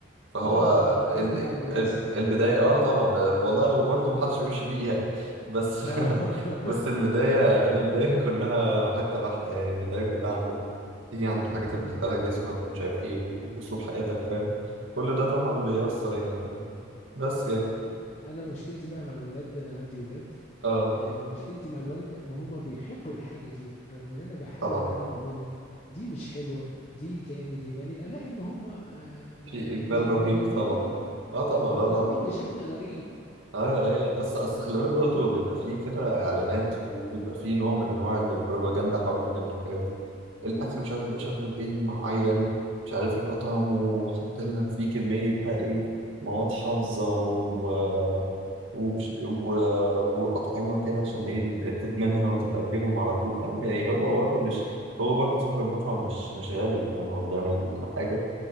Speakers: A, on the right; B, on the left.
A: فهو
B: اه اه الكلام
A: ال-
B: بتاع المدرسة
A: ال-
B: ده
A: البداية اه طبعا والله وبرضه
B: اه
A: ما حدش بيمشي بيه يعني بس
B: اه <laughs>
A: <laughs> بس البداية البداية كلها حتة واحدة يعني البداية كلها عند ال... تيجي عند الحاجة تبدأ
B: مم،
A: لها جسمك ومش عارف ايه و- وأسلوب حياتك فاهم كل ده طبعا
B: مم.
A: بيأثر يعني فاهم بس يعني
B: أن- انا مشكلتي بقى مع الولاد ده انا عندي ولاد
A: اه
B: آه، مشكلتي مع الولد بقى ان هما بيحبوا الحاجة دي رغم ان انا بحاول
A: طبعا
B: ان انا اقول لهم دي مش حلوة دي كأني دي ماني الاقي ان هما آه، م-
A: في إقبال
B: م-
A: رهيب
B: مغرمين
A: طبعا
B: بيها
A: اه طبعا اه
B: مغرمين
A: طبعا
B: بشكل غريب
A: اه ايوه اصل اصل خلي بالك برضه بيبقى فيه كده اعلانات وبيبقى فيه نوع من انواع البروباجندا حوالين الحاجات دي الاكل مش عارف يبقى شكله ايه معين مش عارف يبقى طعمه حاطين لك فيه كميه بقى ايه مواد حافظه و ومش و... واطعمه كده عشان ايه ال- تدمنها وتبقى تجيلهم على طول فاهم يعني هو برضه مش هو برضه صاحب المطعم مش مش غبي فاهم هو بيعمل حاجه